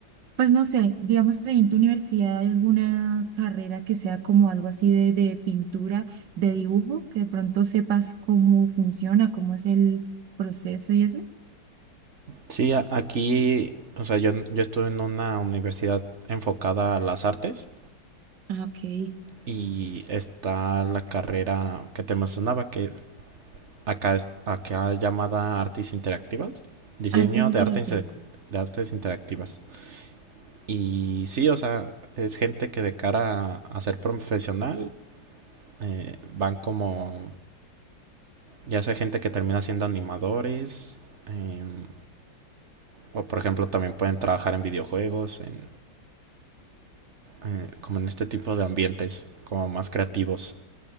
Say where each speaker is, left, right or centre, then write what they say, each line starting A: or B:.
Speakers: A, on the right; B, on the right.
A: pues no sé, digamos que en tu universidad hay alguna carrera que sea como algo así de, de pintura, de dibujo, que de pronto sepas cómo funciona, cómo es el proceso y eso.
B: Sí, aquí, o sea, yo, yo estuve en una universidad enfocada a las artes
A: Ah, ok.
B: Y está la carrera que te mencionaba, que acá es acá es llamada Artes Interactivas, diseño
A: Artes
B: de
A: interactivas.
B: arte inse- de artes interactivas. Y sí, o sea, es gente que de cara a, a ser profesional eh, van como, ya sea gente que termina siendo animadores, em, o por ejemplo también pueden trabajar en videojuegos, en, eh, como en este tipo de ambientes, como más creativos.